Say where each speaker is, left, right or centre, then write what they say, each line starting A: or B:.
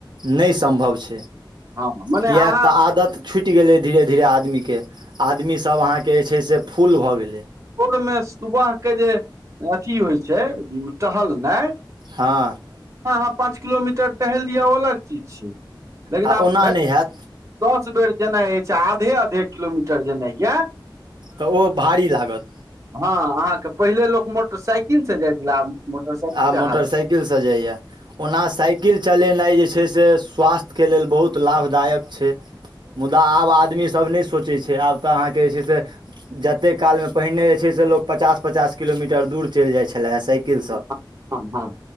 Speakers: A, on the right (about 65°); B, on the right (about 40°).
A: नहि सम्भव छै
B: हँ मने
A: किएक
B: अहाँ
A: तऽ आदत छुटि गेलै धीरे धीरे आदमीके आदमी सब अहाँके जे छै से फूल भऽ गेलै
B: भोरमे सुबहके जे अथी होइ छै टहलनाइ
A: हँ
B: हँ हँ पाँच किलोमीटर टहलि दिअ अलग चीज छै लेकिन
A: आ
B: आब
A: ओना
B: भरि
A: नहि हैत
B: दस बेर जेनाइ अछि आधे आधे किलोमीटर जेनाइ यए
A: तऽ ओ भारी लागत
B: हँ अहाँके पहिले लोक मोटरसाइकिल से जाइ छलए आब मोटरसाइकिल
A: आब
B: से
A: मोटरसाइकिल से जाइया ओना साइकिल साईकिल चलेनाय जे छै सें स्वास्थ्य कें लेल बहुत लाभदायक छै मुदा आब आदमी ई सव नई सोचय छय आब त अहाँ के जे जतेक काल में पहिने जे छै से लोक पचास पचास किलोमीटर दूर चलि जाइ छलै हँ साइकिलसँ
B: हँ हँ